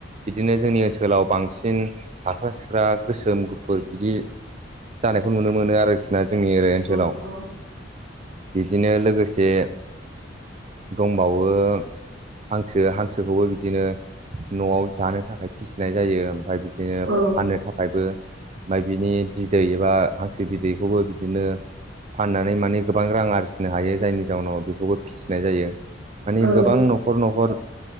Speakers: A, on the right (about 35°); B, on the right (about 70°).
A: बिदिनो जोंनि ओनसोलाव बांसिन फाख्रा सिख्रा गोसो सोम गुफुर बिदि जानायखौ नुनो मोनो आरोखि ना जोंनि ओरै ओनसोलाव
B: नंगौ
A: बिदिनो लोगोसे दंबावो हांसो हांसोखौबो बिदिनो नआव जानो थाखाय फिसिनाय जायो ओमफ्राय बिदिनो
B: औ
A: फाननो थाखायबो फाय बिनि बिदै एबा हांसो बिदैखौबो बिदिनो फाननानै माने गोबां रां आरजिनो हायो जायनि जाउनाव बेखौबो फिसिनाय जायो
B: औ
A: मानि गोबां नखर नखर